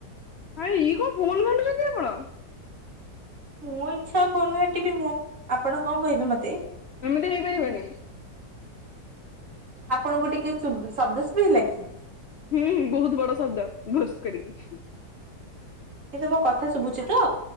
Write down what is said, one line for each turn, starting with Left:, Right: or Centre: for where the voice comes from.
Left: ଆ ଇଏ କଣ ଫୋନ ଘାଣ୍ଟୁଛନ୍ତି ଆପଣ।
Right: ମୁଁ ଇଚ୍ଛା ଫୋନ ଘଣ୍ଟିବି ମୁଁ। ଆପଣ କଣ କହିବେ ମତେ।
Left: ଏମିତି ହେଇପାରିବନି।
Right: ଆପଣଙ୍କୁ ଟିକେ ଶୁବ୍ ଶବ୍ଦ ଶୁଭିଲା କି?
Left: ହୁଁ ବହୁତ ବଡ଼ ଶବ୍ଦ ଭୁସ୍ କରିକି।
Right: କିନ୍ତୁ ମୋ କଥା ଶୁଭୁଛି ତ?